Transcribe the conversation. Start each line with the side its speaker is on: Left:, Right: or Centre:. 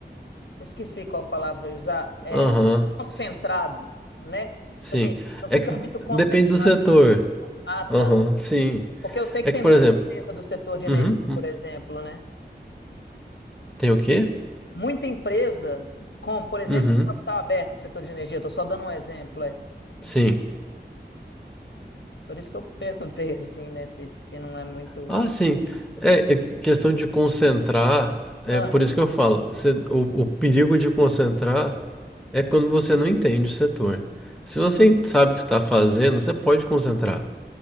Left: Eu esqueci qual palavra eu ia usar. É
Centre: Aham,
Left: concentrado,
Centre: sim,
Left: né? Tipo
Centre: sim.
Left: Assim, não
Centre: É
Left: fica
Centre: que
Left: muito concentrado.
Centre: depende do setor.
Left: assim, Ah, tá.
Centre: Aham, sim.
Left: Porque eu sei que
Centre: É
Left: tem
Centre: que, por
Left: muita
Centre: exemplo,
Left: empresa do setor de
Centre: uhum,
Left: energia,
Centre: hum,
Left: por exemplo, né?
Centre: tem o quê?
Left: Muita empresa com, por exemplo,
Centre: Uhum,
Left: um capital aberto do setor de energia. Estou só dando um exemplo, é.
Centre: sim.
Left: Por isso que eu perguntei assim, né? Se, se não é muito.
Centre: Ah, sim. É, é questão de concentrar. É
Left: Ah,
Centre: por isso que eu falo. você- o, o perigo de concentrar é quando você não entende o setor. Se você
Left: hum,
Centre: sabe o que está fazendo, você pode concentrar,